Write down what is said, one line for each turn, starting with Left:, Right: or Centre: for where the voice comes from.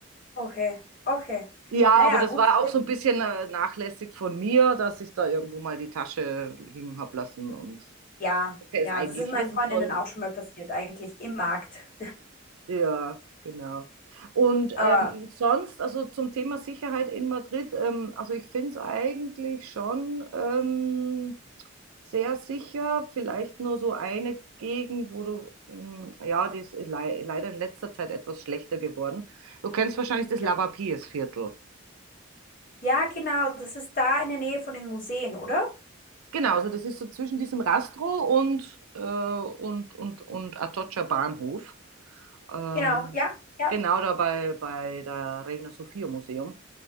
Left: Okay, okay.
Right: Ja,
Left: Naja,
Right: aber das
Left: gut
Right: war
Left: zu
Right: auch
Left: wissen.
Right: so ein bisschen äh, nachlässig von mir, dass ich da irgendwo mal die Tasche liegen habe lassen und
Left: Ja,
Right: hätte
Left: ja,
Right: es eigentlich
Left: das ist meinen
Right: wissen
Left: Freundinnen
Right: sollen.
Left: auch schon mal passiert, eigentlich im Markt.
Right: Ja, genau. Und
Left: <laughs> Aber,
Right: ähm, sonst, also zum Thema Sicherheit in Madrid, ähm, also ich finde es eigentlich schon ähm, sehr sicher. Vielleicht nur so eine Gegend, wo du, ähm, ja, die ist le leider in letzter Zeit etwas schlechter geworden. Du kennst wahrscheinlich das Lavapiés-Viertel.
Left: ja. Ja, genau, das ist da in der Nähe von den Museen, oder?
Right: Genau, also das ist so zwischen diesem Rastro und, äh, und, und, und Atocha Bahnhof. Ähm,
Left: Genau, ja, ja.
Right: genau da bei, bei der Reina Sofia Museum.